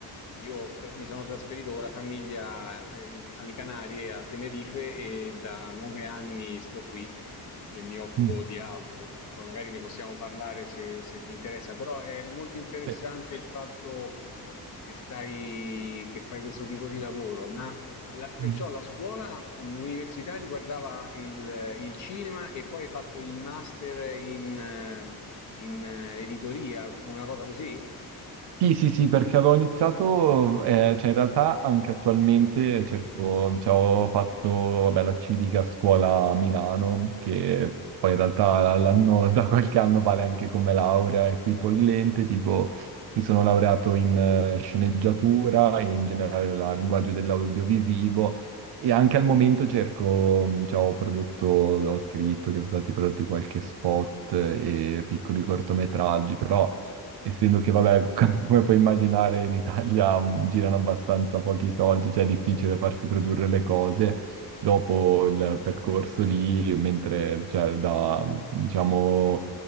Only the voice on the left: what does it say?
io tra- mi sono trasferito con la famiglia eh, alle Canarie, a Tenerife, e da nove anni sto qui e mi occupo
di altro. Poi magari ne possiamo parlare se, se ti interessa, però è molto interessante
il fatto che stai, che fai questo tipo di lavoro, ma la- perciò
la scuola, l'università riguardava il, il cinema e poi hai fatto il master in, eh, in eh, editoria, una cosa così?